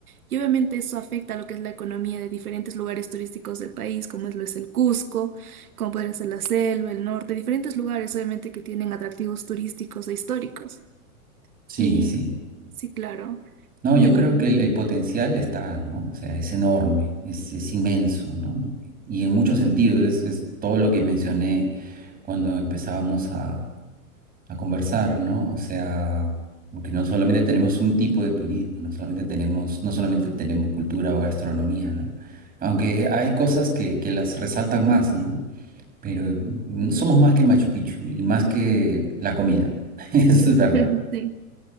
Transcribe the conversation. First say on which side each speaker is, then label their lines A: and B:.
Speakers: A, on the right; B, on the right.
A: Y obviamente eso afecta a lo que es la economía de diferentes lugares turísticos del país, como es, lo es el Cusco, como podría ser la selva, el norte, diferentes lugares obviamente que tienen atractivos turísticos e históricos.
B: Sí,
A: Y
B: sí.
A: sí, claro.
B: No, yo
A: Y,
B: creo que el, el potencial está, ¿no? O sea, es enorme, es, es inmenso, ¿no? Y en muchos sentidos, es, es todo lo que mencioné cuando empezábamos a a conversar, ¿no? O sea, porque no solamente tenemos un tipo de turismo, no solamente tenemos, no solamente tenemos cultura o gastronomía, ¿no? Aunque hay cosas que, que las resaltan más, ¿no? Pero mm, somos más que Machu Picchu y más que la comida. <laughs> Eso es verdad.
A: <laughs> sí.